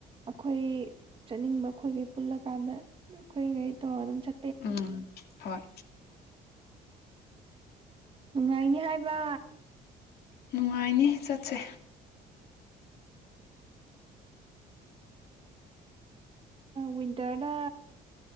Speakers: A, on the right; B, on the left.
A: ꯑꯩꯈꯣꯏ ꯆꯠꯅꯤꯡꯕ ꯈꯣꯏꯒꯤ ꯄꯨꯜꯂ ꯀꯥꯟꯗ ꯑꯩꯈꯣꯏꯉꯩ ꯇꯣ ꯑꯗꯨꯝ ꯆꯠ
B: ꯎꯝ ꯍꯣꯏ
A: <inaudible> ꯅꯨꯡꯉꯥꯏꯅꯤ ꯍꯥꯏꯕ
B: ꯅꯨꯡꯉꯥꯏꯅꯤ ꯆꯠꯁꯦ
A: ꯋꯤꯟꯇꯔꯗ